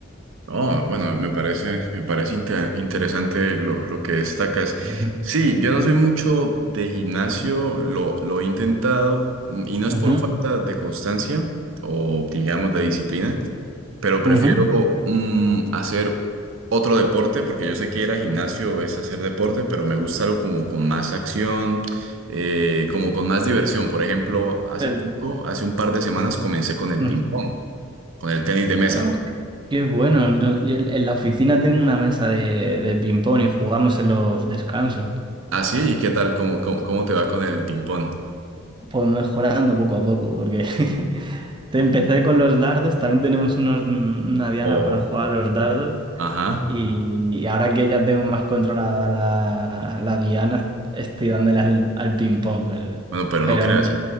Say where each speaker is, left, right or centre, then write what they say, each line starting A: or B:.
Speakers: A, on the right (about 70°); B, on the right (about 20°).
A: Oh, bueno, me parece, me parece inte- interesante lo, lo que destacas.
B: Ujú.
A: Sí, yo
B: Y-
A: no soy mucho de gimnasio, lo, lo he intentado mm, y no
B: ujú,
A: es por falta de constancia o digamos de disciplina, pero prefiero
B: ujú.
A: mm, hacer otro deporte porque yo sé que ir al gimnasio es hacer deporte, pero me gusta algo como con más acción, eh, como con más diversión. Por ejemplo, hace
B: Pero-
A: poco, hace un par de semanas comencé con el
B: ujú.
A: ping pong, con el tenis de mesa.
B: Oh, qué bueno. No, yo en en la oficina tengo una mesa de, de ping-pong y jugamos en los descansos.
A: Ah, sí, ¿y qué tal? ¿Cómo, cómo, cómo te va con el ping-pong?
B: Pues mejorando poco a poco, porque <laughs> te empecé con los dardos, también tenemos unos- una diana
A: O,
B: para jugar a los dardos
A: ajá.
B: y, y ahora que ya tengo más controlada la, la diana, estoy dándole al, al ping pong, pero,
A: Bueno, pero
B: pero
A: no creas.
B: aún-